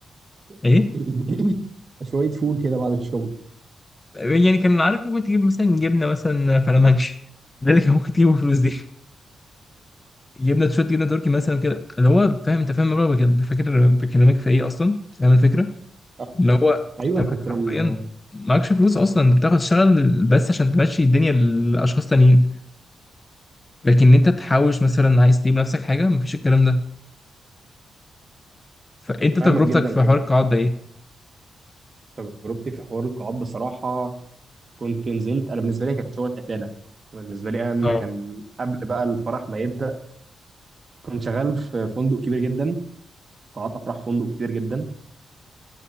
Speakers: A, on the left; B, on the right.
A: ايه
B: <clears throat> <coughs> شويه فول كده بعد الشغل
A: يعني كان عارف ممكن تجيب مثلا جبنة مثلا فلامنش ده اللي كان ممكن تجيبه بالفلوس دي جبنة شوية جبنة تركي مثلا كده اللي هو فاهم انت فاهم المبلغ بك- فاكر بكلمك في ايه اصلا فاهم الفكرة
B: آه،
A: اللي هو
B: ايوه
A: انت معاك
B: انا كنت لما
A: حرفيا معكش فلوس اصلا انت بتاخد تشتغل بس عشان تمشي الدنيا لاشخاص تانيين لكن انت تحوش مثلا عايز تجيب نفسك حاجة مفيش الكلام ده فانت
B: فاهمك
A: تجربتك
B: جدا
A: في
B: كنت
A: حوار القاعات ده ايه
B: تجربتي في حوار القاعات بصراحه كنت نزلت انا بالنسبه لي كانت شغله قتاله بالنسبه لي انا إن
A: اه
B: كان قبل بقى الفرح ما يبدا كنت شغال في فندق كبير جدا قاعات افراح فندق كبير جدا